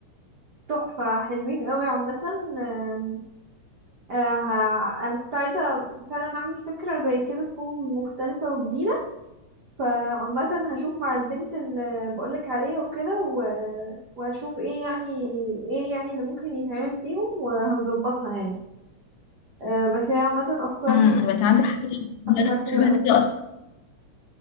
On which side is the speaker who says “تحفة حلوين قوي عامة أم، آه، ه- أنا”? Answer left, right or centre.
Right